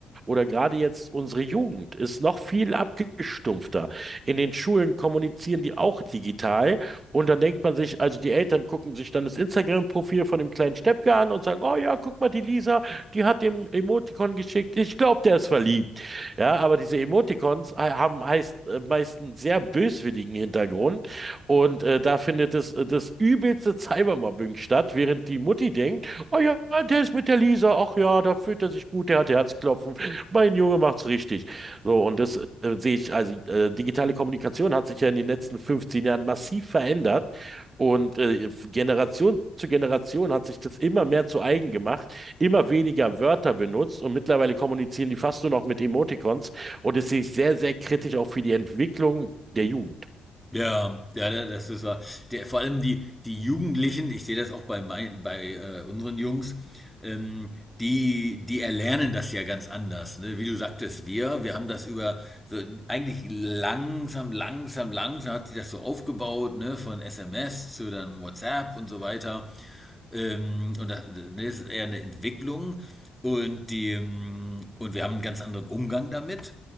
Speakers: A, on the right; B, in the centre.
A: Oder gerade jetzt unsere Jugend ist noch viel abgestumpfter. In den Schulen kommunizieren die auch digital. Und dann denkt man sich, also die Eltern gucken sich dann das Instagram-Profil von dem kleinen Steppke an und sagen, oh ja, guck mal, die Lisa, die hat dem Emoticon geschickt. Ich glaube, der ist verliebt. Ja, aber diese Emoticons äh, haben heißt, äh, meist einen sehr böswilligen Hintergrund. Und äh, da findet das, das übelste Cybermobbing statt, während die Mutti denkt, oh ja, der ist mit der Lisa, ach ja, da fühlt er sich gut, der hat Herzklopfen, mein Junge macht's richtig. So, und das äh, sehe ich, also äh, digitale Kommunikation hat sich ja in den letzten 15 Jahren massiv verändert und äh, Generation zu Generation hat sich das immer mehr zu eigen gemacht, immer weniger Wörter benutzt und mittlerweile kommunizieren die fast nur noch mit Emoticons und das sehe ich sehr, sehr kritisch auch für die Entwicklung der Jugend.
B: Ja, ja, da- das ist wahr. Der, vor allem die, die Jugendlichen, ich sehe das auch bei, mein, bei äh, unseren Jungs, ähm, die, die erlernen das ja ganz anders. Ne? Wie du sagtest, wir, wir haben das über so eigentlich langsam, langsam, langsam hat sich das so aufgebaut, ne? Von SMS zu dann WhatsApp und so weiter. Ähm, und das ist eher eine Entwicklung. Und, die, ähm, und wir haben einen ganz anderen Umgang damit.